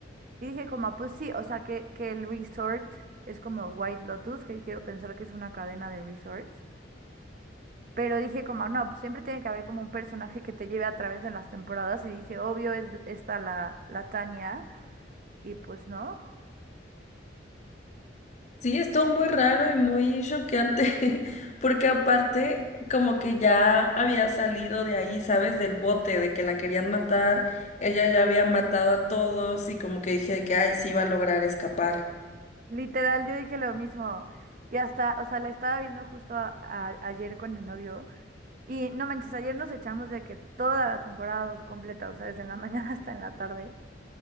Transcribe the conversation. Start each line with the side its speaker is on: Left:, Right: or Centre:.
Right: Y dije como, ah, pues sí, o sea, que, que el resort es como White Lotus, que quiero pensar que es una cadena de resorts. Pero dije como, ah, no, pues siempre tiene que haber como un personaje que te lleve a través de las temporadas. Y dije, obvio, es esta la, la Tania. Y pues no.
Left: Sí, estuvo muy raro y muy choqueante, <laughs> porque aparte como que ya había salido de ahí, ¿sabes? Del bote, de que la querían matar, ella ya había matado a todos y como que dije que, ay, sí iba a lograr escapar.
Right: Literal, yo dije lo mismo. Y hasta, o sea, la estaba viendo justo a- a- ayer con mi novio. Y no manches, ayer nos echamos de que toda la temporada dos completa, o sea, desde la mañana <laughs> hasta en la tarde.